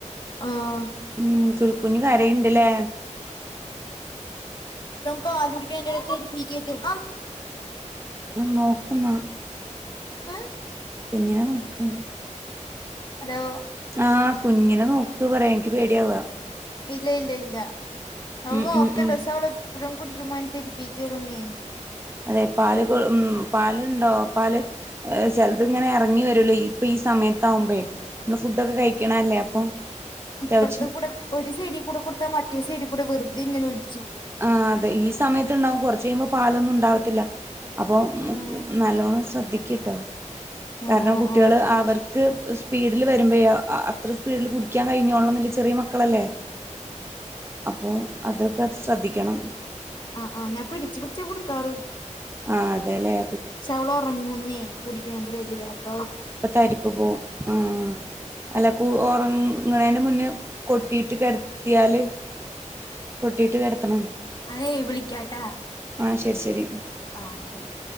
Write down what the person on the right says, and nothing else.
ഉം തുൽക്കുഞ്ഞ് കരയ്ണ്ട് ലെ.
ഉം നോക്ക് ന്ന.
കുഞ്ഞിനെ നോക്ക്.
ആഹ കുഞ്ഞിനെ നോക്ക് പറയാ എന്ക്ക് പേടിയാവ.
ഉം
ഉം ഉം
അതെ പാല് കൊ ഉം പാലുണ്ടോ പാല് ചിലത് ങ്ങനെ ഇറങ്ങി വരുലേ ഈ ഇപ്പൊ ഈ സമയത്ത് ആകുമ്പേ നമ്മള് ഫുഡൊക്കെ കഴിക്കണെല്ലെ അപ്പം അത്യാവശ്യം
ആ അതെ ഈ സമയത്ത് ഇണ്ടാവും കുറച്ച് കയ്യുമ്പോ പാലൊന്നും ഉണ്ടാവത്തില്ല. അപ്പൊ ഉം
ഉം നല്ലോണം ശ്രദ്ധിക്കി ട്ടോ.
കാരണം
കുട്ട്യാള്
അവർക്ക് സ് സ്പീഡില് വരുമ്പേ അ അ അത്ര സ്പീഡിൽ കുടിക്കാൻ കഴിഞ്ഞോളണം ന്നില്ല്യ ചെറിയെ മക്കളല്ലേ. അപ്പൊ അതൊക്കെ. ശ്രദ്ധിക്കണം
ആ അതെ ലെ.
ഇപ്പ തരിപ്പ് പോവും ആ അല്ല കു ഉറങ്ങ ന്റെ മുന്നേ കൊട്ടിട്ട് കിടത്തിയാല് കൊട്ടിട്ട് കിടത്തണം.
ആ ശരി ശരി